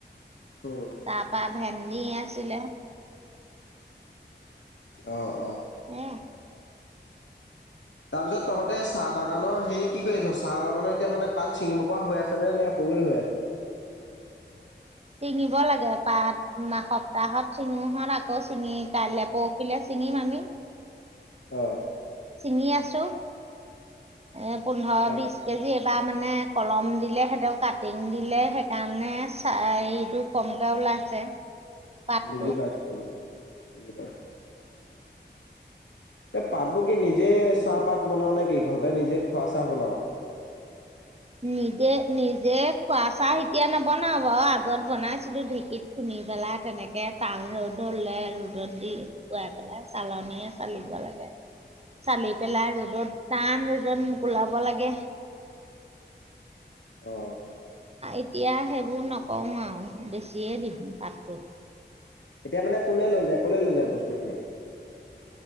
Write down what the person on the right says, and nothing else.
তৰপা ভেন্দি আছিলে।
এয়া।
চিঙিব লাগে পাত সপ্তাহত চিঙোহত আকৌ ছিঙি কাইলৈ পৰখিলে ছিঙিম আমি
ছিঙি আছো। এই পোন্ধৰ
বিশ কেজি এইবাৰ মানে কলম দিলে সিহঁক কাটিং দিলে সেইকাৰণে চাহ এইটো কমকৈ ওলাইছে। পাতটো
নিজে নিজে খোৱা চাহ এতিয়া নবনাও বাৰু আগত বনাইছিলো ঢেঁকীত খুন্দি পেলাই তেনেকে তাল ৰ'দ হলে ৰ'দত দি শুকুৱাই পেলাই চালনীয়ে চালিব লাগে চালি পেলাই ৰ'দত টান ৰ'দত মোকোলাব লাগে।
এতিয়া সেইবোৰ নকৰো আৰু বেছিয়ে দিম পাতটো।